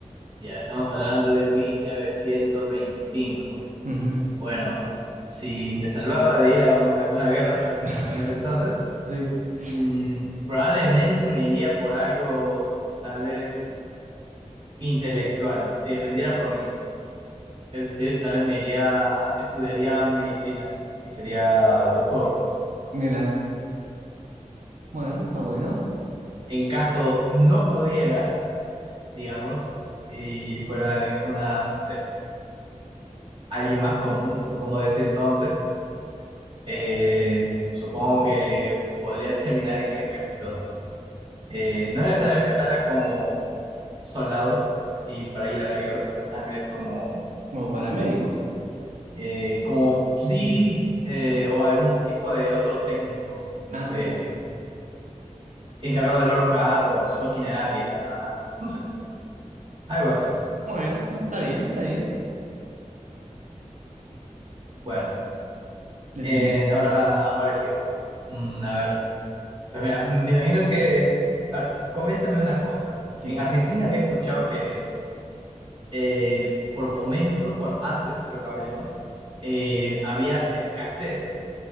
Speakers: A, on the right (about 45°); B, on the right (about 75°).
A: Ya, estamos hablando de mil novecientos veinticinco
B: Ujú.
A: Bueno, si me salvaba de ir a un- alguna guerra <laughs>
B: <laughs>
A: en ese entonces,
B: Sí,
A: mm, probablemente me iría por algo tal vez intelectual, si dependiera por mí. Es decir, tal vez me iría, estudiaría medicina y sería doctor.
B: mira, bueno, está bueno.
A: En caso no pudiera, digamos, y fuera diga- una, no sé, alguien más común, supongo de ese entonces, eh, supongo que podría <laughs> terminar en el ejército. Eh, no necesariamente tal vez como soldado, así para ir a la guerra, sino tal vez como,
B: Como paramédico.
A: eh, como sí, eh, o algún tipo de otro técnico, no
B: Ah,
A: sé,
B: mira.
A: encargado de ver los carros, maquinaria, armas, no sé, algo así.
B: Bueno, bueno, está bien, está bien.
A: Bueno,
B: Decime.
A: en- ahora, ahora yo. Mm, a ver, pues mira, me imagino que, a ver, coméntame una cosa.
B: Sí,
A: En Argentina había escuchado que eh, por momentos, bueno, antes, creo que ahora ya no, eh, había escasez